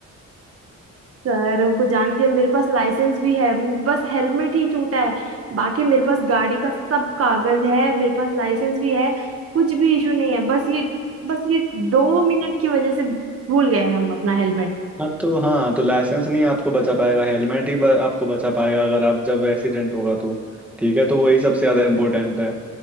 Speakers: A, on the right; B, in the centre.
A: सर हमको जान दीजिए मेरे पास लाइसेंस भी है बस हेलमेट ही छूटा है बाकी मेरे पास गाड़ी का सब कागज है मेरे पास लाइसेंस भी है कुछ भी इशू नहीं है बस ये बस ये दो मिनट की वजह से भूल गए हम अपना हेलमेट
B: हाँ तो हाँ तो लाइसेंस नहीं आपको बचा पाएगा हेलमेट ही ब, आपको बचा पाएगा अगर आप जब एक्सीडेंट होगा तो ठीक है तो वही सबसे ज्यादा इंपॉर्टेंट है